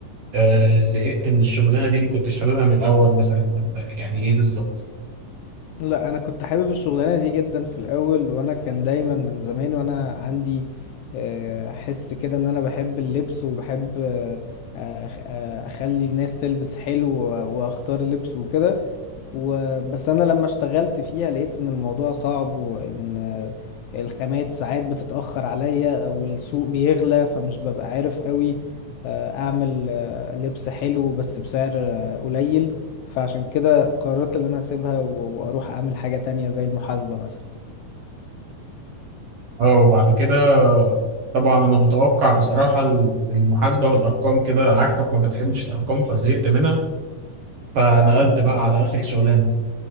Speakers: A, on the right; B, on the left.
A: آه، زهقت من الشغلانة دي ما كنتش حاببها من الاول مثلا ولا يعني ايه بالظبط
B: لا انا كنت حابب الشغلانه دي جدا في الاول وانا كان دايما من زمان وانا عندي آه، حس كده ان انا بحب اللبس وبحب آه، آه، آه، اخلي الناس تلبس حلو و- واختار لبس وكده وبس انا لما اشتغلت فيها لقيت ان الموضوع صعب وان آه، الخامات ساعات بتتأخر عليا او السوق بيغلى فمش ببقى عارف قوي آه، اعمل آه، لبس حلو بس بسعر آه، قليل فعشان كده قررت ان انا اسيبها و- واروح اعمل حاجة تانية زي المحاسبة مثلا
A: اه وبعد كده طبعا انا متوقع بصراحة ال- المحاسبة والارقام كده عارفك ما بتحبش الارقام فزهقت منها فنقلت بقى على اخر شغلانة